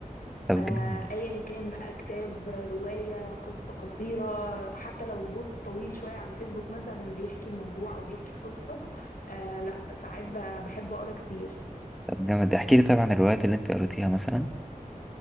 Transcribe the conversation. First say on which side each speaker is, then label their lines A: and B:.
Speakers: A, in the centre; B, on the left.
A: طب
B: آه،
A: جامد
B: ايا كان بقى كتاب رواية قصة قصيرة حتى لو بوست طويل شوية على الفيسبوك مثلا بيحكي موضوع او بيحكي قصة آه لا ساعات ب- بحب اقرا كتير
A: طب جامد احكي لي طبعا الروايات اللي انت قريتيها مثلا